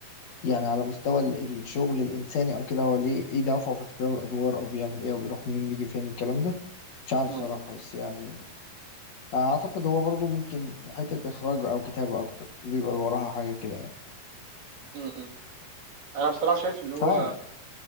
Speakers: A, on the left (about 55°); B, on the right (about 70°).
A: يعني على مستوى ال- الشغل الانساني او كده هو ليه ايه دافعه في اختيار الادوار او بيعمل ايه او بيروح منين بيجي فين الكلام ده مش عارف
B: امم
A: صراحه بس يعني اعتقد هو برضو ممكن حتة اخراج او كتابة اكتر بيبقى وراها حاجة كده يعني
B: امم انا بصراحه شايف ان هو
A: مش عارف